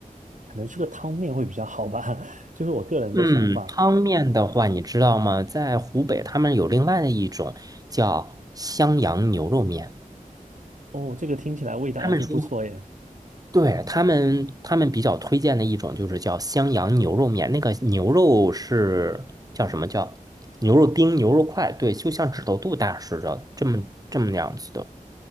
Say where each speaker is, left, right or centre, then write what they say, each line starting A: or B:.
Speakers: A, on the right (about 60°); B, on the right (about 25°).
A: 可能吃个汤面会比较好吧，<laughs> 就是我个人的想法。
B: 嗯，汤面的话，你知道吗？在湖北，他们有另外的一种叫襄阳牛肉面，
A: 哦，这个听起来味道就不错耶。
B: 他们说。对，他们，他们比较推荐的一种就是叫襄阳牛肉面，那个牛肉是叫什么叫牛肉丁、牛肉块，对，就像指头肚大似的，这么这么样子的。